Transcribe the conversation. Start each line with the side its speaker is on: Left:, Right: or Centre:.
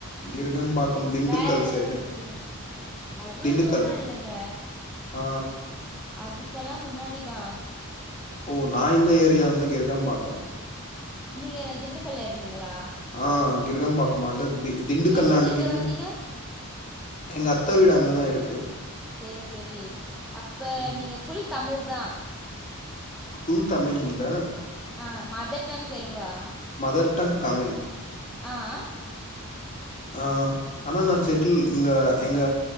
Left: கிரகம்பாக்கம் திண்டுக்கல்
Centre: வேற
Left: சைடு
Centre: ஏதாச்சு சொல்லுங்க அவ்ளோ
Left: திண்டுக்கல்
Centre: தூரல்லா இல்லங்க
Left: ஆ
Centre: அது க்கலா முன்னாடிதா
Left: ஓ நா இந்த ஏரியா வந்து கிரிகபாக்கம்
Centre: நீங்க திண்டுக்கல்ல இருந்தீங்ளா
Left: ஆ கிரகம் பாக்கம் அன்டர் தி திண்டுகலாண்ட
Centre: எதுக்கு இங்க
Left: கிரகம்
Centre: வந்தீங்க
Left: எங்க அத்த வீடு அங்கதா இருக்கு கு
Centre: செரி-செரி அப்ப
Left: ம்
Centre: நீங்க ஃபுல் தமிழ் தா
Left: ஃபுல் தமிழ் இல்ல
Centre: ஆ மதர் டாங் தெலுங்குவா
Left: மதர் டங் தமிழ்
Centre: ஆ ஆ
Left: ஆ ஆனா நா செட்டில் இங்க எங்க